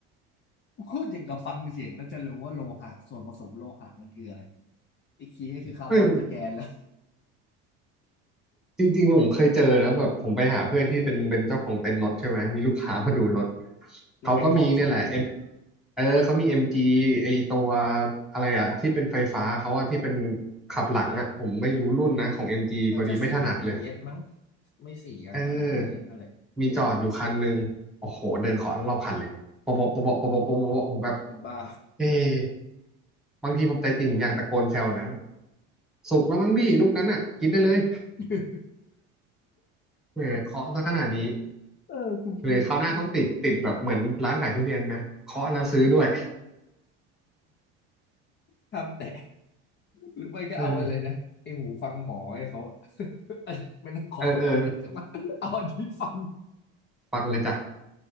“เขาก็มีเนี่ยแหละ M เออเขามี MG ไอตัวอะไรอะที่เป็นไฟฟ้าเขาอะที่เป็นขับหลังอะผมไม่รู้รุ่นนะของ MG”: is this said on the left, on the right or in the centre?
Centre